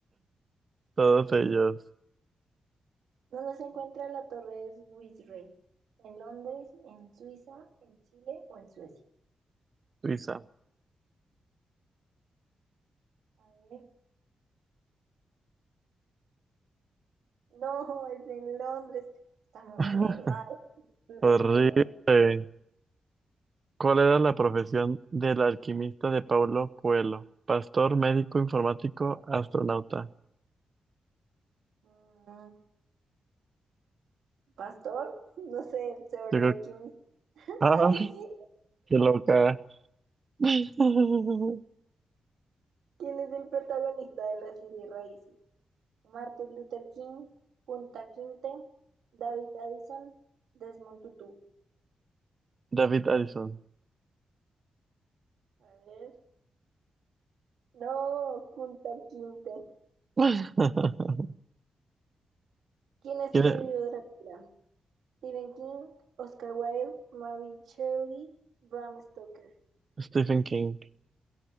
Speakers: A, on the right; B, on the right.
A: Todos ellos,
B: donde se encuentra la Torre de Swissray? ¿En Londres, en Suiza, en Chile o en Suecia?
A: Suiza.
B: A ver. No, es en Londres. Estamos
A: <laughs>
B: re mal, cultura
A: Horrible.
B: general.
A: ¿Cuál era la profesión del alquimista de Paulo Coelho? Pastor, médico, informático, astronauta.
B: Mm, Pastor, no sé, se volvió
A: Yo creo
B: alquimista.
A: que... <laughs>
B: <laughs>
A: ¡Ah!
B: ¡Ay, sí!
A: ¡Qué loca! <laughs>
B: ¿Quién es el protagonista de la serie Raíces? Martin Luther King, Punta Quinte, David Addison, Desmond Tutu.
A: David Addison.
B: A ver. No, Punta Quinte.
A: <laughs>
B: ¿Quién escribió
A: ¿Quién es?
B: Drácula? Stephen King, Oscar Wilde, Mary Shelley, Bram Stoker.
A: Stephen King.